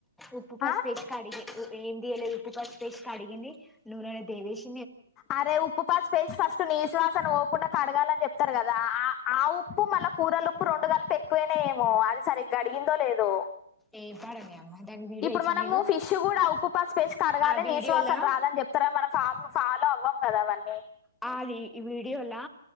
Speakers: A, in the centre; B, on the left (about 20°).
A: ఉప్పు పసుపు
B: ఆ
A: వేసి కడిగి ఏంది ఎయ్యలేదు ఉప్పు పసుపు వేసి కడిగింది నూనెలో దేవేసి
B: అరే ఉప్పు పసుపేసి ఫస్ట్ నీసు వాసన పో కుండా కడగాలని చెప్తారు కదా ఆ ఆ ఉప్పు మళ్ళా కూరల ఉప్పు రెండు గలిపి ఎక్కువ అయినాయో ఏమో అది సరిగ్గ కడిగిందో లేదు
A: ఏం పాడనే అమ్మ దాని వీడియో
B: ఇప్పుడు
A: ఇచ్చిన
B: మనము
A: నేను
B: ఫిష్ కూడా ఉప్పు పసుపు వేసి క కడగాలె
A: ఆ వీడియోలా
B: నిశు వాసన రాదని చెప్తారా మన ఫామ్ స అవ్వం కదా అవన్నీ
A: ఆ ఈ వీడియోలా